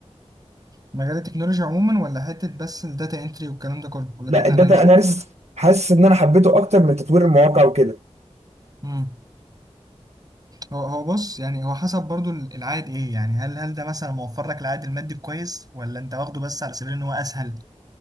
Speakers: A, on the right; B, on the right.
A: مجال التكنولوجيا عموما ولا حتة بس الداتا انتري والكلام ده كله ولا الداتا
B: لا الداتا اناليسيس حاسس ان انا حبيته اكتر من تطوير المواقع وكده
A: اناليست هو هو بص يعني هو حسب برضو العائد ايه يعني هل هل ده مثلا موفر لك العائد المادي كويس ولا انت واخده بس على سبيل ان هو اسهل